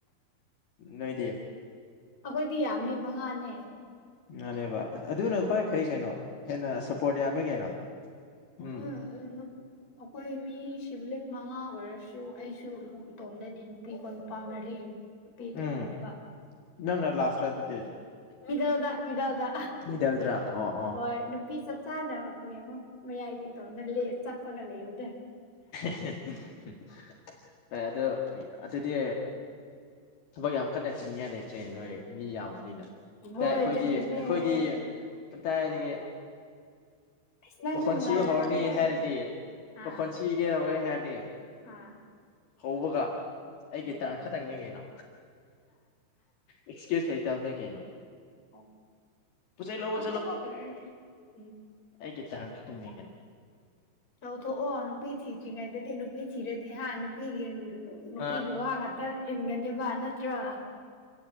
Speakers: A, on the left; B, on the left.
A: ꯅꯣꯏꯗꯤ
B: ꯑꯩꯈꯣꯏꯗꯤ ꯌꯥꯝꯃꯤ ꯃꯉꯥꯅꯦ
A: ꯉꯅꯦꯕ ꯑꯗꯨꯅ ꯈ꯭ꯋꯥꯏ ꯐꯩ ꯀꯩꯅꯣ ꯍꯦꯟꯅ ꯁꯞꯄꯣꯔꯠ ꯌꯥꯝꯃꯦ ꯀꯩꯅꯣ ꯎꯝ
B: ꯑ ꯎꯝ ꯑꯩꯈꯣꯏ ꯃꯤ ꯁꯤꯚꯂꯤꯡ ꯃꯉꯥ ꯑꯣꯏꯔꯁꯨ ꯑꯩꯁꯨ ꯑꯃꯨꯛ ꯏꯇꯣꯝꯗꯅꯤ ꯅꯨꯄꯤ ꯀꯣ ꯅꯨꯄꯥ ꯃꯔꯤ ꯅꯨꯄꯤ ꯇꯣꯝꯇꯅ‌ꯦꯕ
A: ꯎꯝ ꯅꯪꯅ ꯂꯥꯁꯇ꯭ꯔꯥ ꯑꯗꯨꯗꯤ
B: ꯃꯤꯗꯜꯗ ꯃꯤꯗꯜꯗ
A: ꯃꯤꯗꯜꯗ꯭ꯔꯥ ꯑꯣ ꯑꯣ
B: ꯍꯣꯏ ꯄꯤ ꯆꯞ ꯆꯥꯅꯕ ꯌꯦꯡꯉꯣ ꯃꯌꯥꯏꯗꯒꯤꯇꯣꯟꯗ ꯆꯞꯄꯒ ꯂꯩꯌꯨꯗ
A: ꯍ <unintelligible> ꯑꯗꯨ ꯑꯗꯨꯗꯤ ꯊꯕꯛ ꯌꯥꯝ ꯀꯟꯅ ꯆꯤꯡꯅꯤꯉꯥꯏ ꯂꯩꯇ꯭ꯔꯦ ꯅꯣꯏ ꯃꯤ ꯌꯥꯝꯕꯅꯤꯅ
B: ꯍꯣꯏ
A: ꯑꯩꯈꯣꯏꯗꯤ
B: ꯑꯗꯨꯒꯤꯅꯦ
A: ꯑꯩꯈꯣꯏꯗꯤꯏꯗꯒꯤ
B: ꯑꯩ ꯑꯁ ꯅꯪꯁꯨ
A: ꯄꯈꯣꯟꯁꯤꯕꯨ
B: ꯅꯨꯡꯉꯥꯏꯔꯝꯅꯤꯍꯦ
A: ꯍꯧꯔꯅꯤ ꯍꯥꯏꯔꯗꯤ
B: ꯑꯥ
A: ꯄꯈꯣꯟ ꯁꯤꯒꯦ ꯇꯧꯋꯦ ꯍꯥꯏꯔꯗꯤ
B: ꯑꯥ
A: ꯍꯧꯕꯒ ꯑꯩꯒꯤ
B: ꯎꯝ
A: ꯇꯔꯟ ꯈꯛꯇꯪ ꯅꯤꯡꯉꯩꯅ ꯑꯦꯛꯁꯀ꯭ꯌꯨꯁ ꯂꯩꯇꯕꯅꯦ ꯀꯩꯅꯣ
B: ꯑꯣ
A: ꯄꯣꯠꯆꯩ ꯂꯧꯕ
B: ꯇ ꯊꯣꯛꯑ ꯈꯔ ꯎ
A: ꯑꯩꯒꯤꯦ ꯇꯔꯥꯟ ꯈꯇꯅꯤꯡꯅꯤꯦ
B: ꯇꯧꯊꯣꯛꯑꯣ ꯅꯨꯄꯤ ꯊꯤꯗ꯭ꯔꯤꯉꯩꯗꯗꯤ ꯅꯨꯄꯤ ꯊꯤꯔꯗꯤ ꯍꯥ ꯅꯨꯄꯤꯒꯤ ꯅꯨꯄꯤꯒꯤ
A: ꯑ
B: ꯋꯥ ꯉꯥꯛꯇ ꯏꯟꯒꯅꯦꯕ ꯅꯠꯇ꯭ꯔꯣ